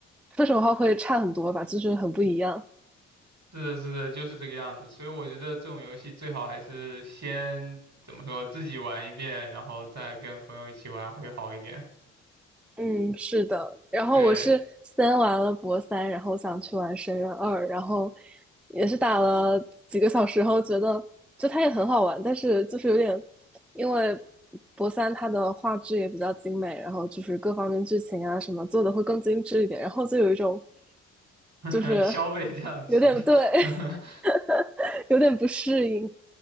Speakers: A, in the centre; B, on the right (about 50°).
A: 说实话会差很多吧，就是很不一样。
B: 是的，是的，就是这个样子。所以我觉得这种游戏最好还是先怎么说，自己玩一遍，然后再跟朋友一起玩会好一点。
A: 嗯，是的。然后我是先玩了博三，
B: 对，
A: 然后想去玩深渊二，然后也是打了几个小时后，觉得就它也很好玩，但是就是有点，因为博三它的画质也比较精美，然后就是各方面剧情啊什么做的会更精致一点，然后就有一种
B: <laughs>
A: 就是
B: 消费降级，
A: 有点对，
B: <laughs>
A: <laughs> 有点不适应。